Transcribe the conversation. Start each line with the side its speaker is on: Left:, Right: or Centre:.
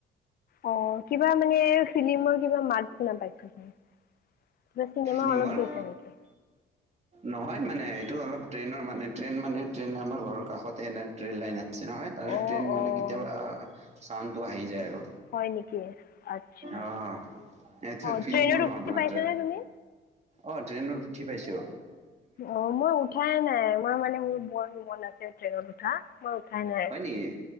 Left: অ কিবা মানে ফিলিমৰ কিবা মাত শুনা পাইছো। কিবা চিনেমা
Right: নিমৰ
Left: হলত গৈছে নেকি?
Right: নহয় মানে এইটো অলপ ট্ৰেইনৰ মানে ট্ৰেইন মানে ট্ৰন আমাৰ ঘৰৰ কষতে এনে ট্ৰেইন লাইন আছে। নহয় তাৰে
Left: অ
Right: ট্ৰেইন মানে
Left: অ
Right: কেতিয়াবা চাউণ্ডটো আহি যায় আৰু।
Left: হয় নেকি আচ্ছা
Right: অ' এইটো
Left: অঁ
Right: ফিলি্মৰ
Left: ট্ৰেইনত
Right: নহয়
Left: উঠি
Right: তোমাৰ
Left: পাইছানে
Right: টে
Left: তুমি
Right: অ' ট্ৰেইনত উঠি পাইছো।
Left: অ' মই উঠাইে নাই মই মানে মোৰ বন মন আছে ট্ৰেইনত উঠা। মই উঠা নাই
Right: হয় নেকি